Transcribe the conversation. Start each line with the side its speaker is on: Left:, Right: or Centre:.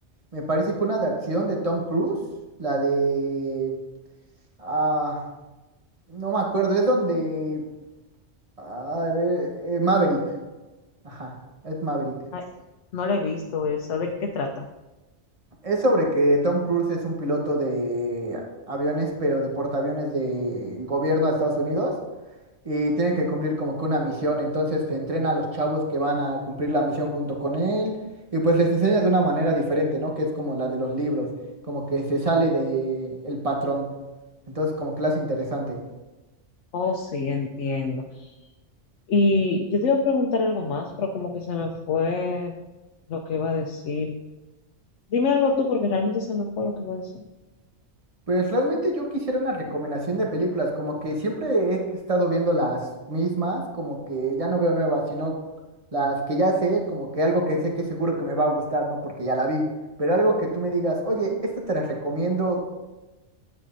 Right: me parece que una de acción de Tom Cruise, la de, ah, no me acuerdo, es donde, ah, a ver, eh, Maverick, ajá, es Maverick.
Left: ay, no la he visto esa. ¿De qué trata?
Right: Es sobre que Tom Cruise es un piloto de aviones, pero de portaaviones del gobierno de Estados Unidos. y tienen que cumplir como que una misión. Entonces se entrena a los chavos que van a cumplir la misión junto con él y pues les enseña de una manera diferente, ¿no? Que es como la de los libros, como que se sale de el patrón. Entonces como clase interesante.
Left: Oh, sí, entiendo. Y yo te iba a preguntar algo más, pero como que se me fue lo que iba a decir. Dime algo tú, porque realmente se me fue lo que iba a decir.
Right: Pues realmente yo quisiera una recomendación de películas, como que siempre he estado viendo las mismas, como que ya no veo nuevas, sino las que ya sé, como que algo que sé que seguro que me va a gustar, ¿no? Porque ya la vi, pero algo que tú me digas, oye, esta te la recomiendo